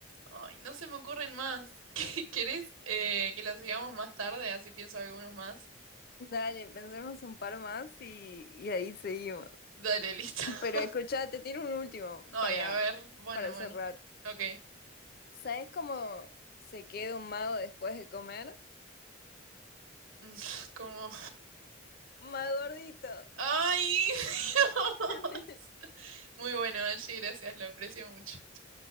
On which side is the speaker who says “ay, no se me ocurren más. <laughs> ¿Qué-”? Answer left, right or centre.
Right